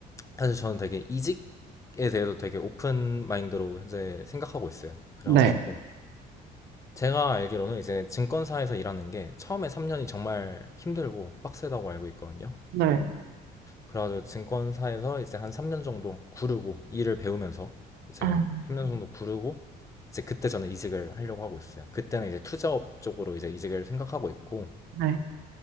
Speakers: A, on the left; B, on the right.
A: 사실 저는 되게 이직에 대해서 되게 오픈 마인드로 현재 생각하고 있어요. 그래가지고
B: 네.
A: 제가 알기로는 이제 증권사에서 일하는 게 처음에 3년이 정말 힘들고 빡세다고 알고 있거든요.
B: 네.
A: 그래가지고 증권사에서 이제 한 3년 정도 구르고 일을 배우면서 이제
B: 아,
A: 3년 정도 구르고 이제 그때 저는 이직을 하려고 하고 있어요. 그때는 이제 투자업 쪽으로 이제 이직을 생각하고 있고
B: 네.